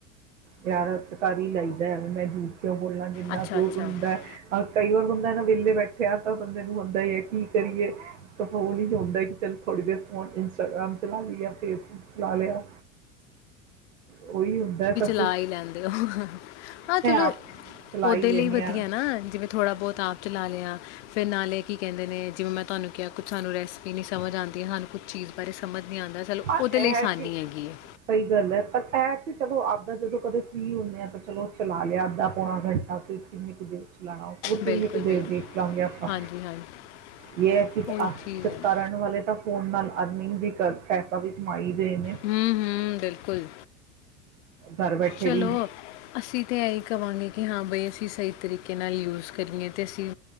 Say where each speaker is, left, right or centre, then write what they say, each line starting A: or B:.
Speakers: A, on the right (about 85°); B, on the left (about 70°).
A: ਪਿਆਰ ਤਕਾਰੀ ਲਾਈਦਾ ਮੈਂ ਜੂ ਕਿਉਂ ਬੋਲਣਾ ਜਿੰਨਾ
B: ਅੱਛਾ-ਅੱਛਾ।
A: ਕੁ ਹੁੰਦਾ
B: ਅੱਛਾ
A: ਹੈ ਕਈ ਵਾਰ ਬੰਦਾ ਨਾ ਵਿਹਲੇ ਬੈਠਿਆ ਤਾਂ ਬੰਦੇ ਨੂੰ ਹੁੰਦਾ ਹੀ ਹੈ ਕੀ ਕਰੀਏ ਤਾਂੋ ਨੀ ਹੁੰਦਾ ਕਿ ਚੱਲ ਥੋੜ੍ਹੀ ਦੇਰ ਫੋਨ ਇੰਸਟਾਗ੍ਰਾਮ ਚਲਾ ਲਈ ਫੇਸਬੁੱਕ ਚਲਾ ਲਿਆ ਉਹੀ ਹੁੰਦਾ ਸ
B: ਲ ਹੀ ਲੈਂਦੇ ਉਹ ਹਾਂ ਚਲੋ
A: ਆਪ ਚਲਾ
B: ਓਦੇ
A: ਹੀ ਲੈਂਦੀ
B: ਲਈ ਵਧੀਆ
A: ਹਾਂ
B: ਨਾ ਜਿਵੇਂ ਥੋੜ੍ਹਾ ਬਹੁਤ ਆਪ 'ਚ ਲਾ ਲਿਆ ਫਿਰ ਨਾਲੇ ਕੀ ਕਹਿੰਦੇ ਨੇ ਜਿਵੇਂ ਮੈਂ ਤੁਹਾਨੂੰ ਕਿਹਾ ਕੁਛ ਸਾਨੂੰ ਰੈਸਪੀ ਨਹੀਂ ਸਮਝ ਆਉਂਦੀ ਸਾਨੂੰ ਕੁਛ ਚੀਜ਼ ਬਾਰੇ ਸਮਝ ਨਹੀਂ ਆਉਂਦਾ ਚਲੋ
A: ਹਾਂ
B: ਉਹਦੇ ਲਈ
A: ਇਹ
B: ਆਸਾਨੀ
A: ਕਿ
B: ਹੈਗੀ ਹੈ।
A: ਸਹੀ ਗੱਲ ਹੈ ਪਰ ਇਹ ਤੇ ਚਲੋ ਆਪਾਂ ਜਦੋਂ ਕਦੇ ਫੀ ਹੁੰਦੇ ਆ ਤਾਂ ਚਲੋ ਚਲਾ ਲਿਆ ਅੱਧਾ ਪੌਣਾ ਘੰਟਾ ਫ ਕਿੰਨੇ ਕੁਦੇ ਚਲਾਣਾ ਹੋਰ
B: ਬਿਲਕੁਲ
A: ਕਿੰਨੀ ਕੁ
B: ਬਿਲਕੁਲ
A: ਦੇਰ ਦੇਖ ਲਾਂਗੇ ਆਪਾਂ
B: ਹਾਂਜੀ ਹਾਂਜੀ
A: ਇਹ ਹੈ ਕਿ
B: ਉਹੀ ਚੀਜ਼ ਹੈ ਨਾ
A: ਕਰਨ ਵਾਲੇ ਤਾਂ ਫੋਨ ਨਾਲ ਆਦਮੀ ਦਿੱਕਤ ਹੈ ਵੀ ਕਮਾਈ ਰਹੇ ਨੇ
B: ਹਮ ਹਮ ਬਿਲਕੁਲ
A: ਘਰ ਬੈਠੇ
B: ਚਲੋ
A: ਵੀ
B: ਅਸੀਂ ਤੇ ਇਹੀ ਕਵਾਂਗੇ ਕਿ ਹਾਂ ਬਈ ਅਸੀਂ ਅਸੀਂ ਸਹੀ ਤਰੀਕੇ ਨਾਲ ਯੂਜ਼ ਕਰੀਏ ਅਤੇ ਅਸੀਂ